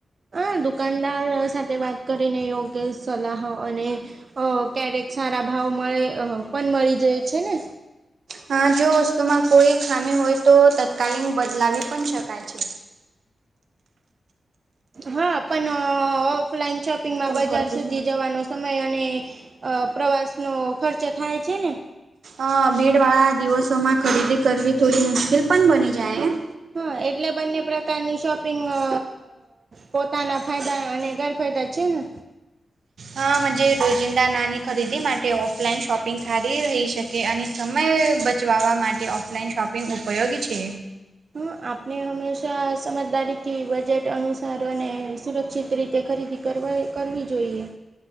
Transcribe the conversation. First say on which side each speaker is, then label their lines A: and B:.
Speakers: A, on the right; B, on the right.
A: હા દુકાનદાર સાથે વાત કરીને યોગ્ય સલાહ હો અને અ ક્યારેક સારા ભાવ મળે પણ મળી જાય છે ને.
B: હા જો વસ્તુમાં કોઈ ખામી હોય તો તત્કાલીન બદલાવી પણ શકાય છે.
A: હા પણ અ ઓફલાઈન શોપિંગમાં
B: ફોન
A: બજાર
B: કર દેજે.
A: સુધી જવાનુ સમય અને અ પ્રવાસનો ખર્ચ થાય છે ને.
B: અ ભીડવાળા દિવસોમાં ખરીદી કરવી થોડી મુશ્કેલ પણ બની જાય એમ.
A: હ એટલે બંને પ્રકારની શોપિંગ અ અ પોતાના ફાયદા અને ગેરફાયદા છે ને.
B: હા મજે રોજિંદા નાની ખરીદી માટે ઓફલાઈન શોપિંગ સારી રહી છે. કે અને સમય બચાવવા માટે ઓફલાઈન શોપિંગ ઉપયોગી છે.
A: હ આપને હંમેશા સમજદારીથી બજેટ અનુસાર અને સુરક્ષિત રીતે ખરીદી કરવાએ કરવી જોઈએ.